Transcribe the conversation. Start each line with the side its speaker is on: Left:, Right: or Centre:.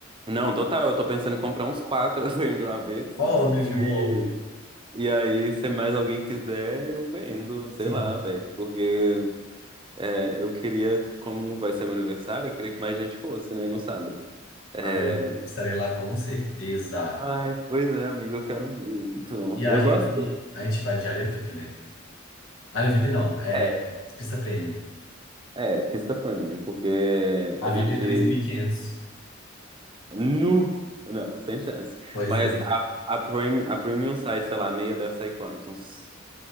Right: Não, total, eu tô pensando em comprar uns quatro <laughs> assim de uma vez.
Left: Óbvio,
Right: e
Left: óbvio.
Right: E aí, se mais alguém quiser, eu vendo, sei
Left: Sim.
Right: lá, velho. Porque é, eu queria, como vai ser meu aniversário, eu queria que mais gente fosse, né, no sábado.
Left: Ah,
Right: É,
Left: eu, eu estarei lá com certeza.
Right: Ai, pois é, amigo, eu quero muito.
Left: E a
Right: Eu
Left: gente,
Right: gosto de...
Left: a gente vai de área VIP, né? Área VIP não, é
Right: É,
Left: pista premium.
Right: é, pista premium, porque
Left: A
Right: a
Left: VIP
Right: gente...
Left: é três mil e quinhentos.
Right: Nu! Não, sem chance.
Left: Pois
Right: Mas
Left: é.
Right: a, a, premium, a premium sai, sei lá, a meia deve sair quanto? Uns,